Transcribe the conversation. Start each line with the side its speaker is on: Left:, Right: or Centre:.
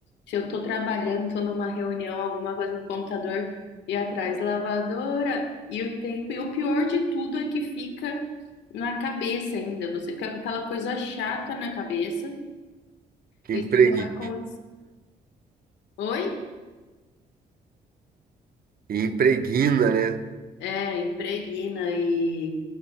Left: Se eu tô trabalhando, tô numa reunião, alguma coisa no computador e atrás lavadora e o tempo. E o pior de tudo é que fica na cabeça ainda. Você fica com aquela coisa chata na cabeça.
Right: Que
Left: Isso
Right: impregna.
Left: já aconteceu. Oi?
Right: E impregna, né?
Left: É, impregna e,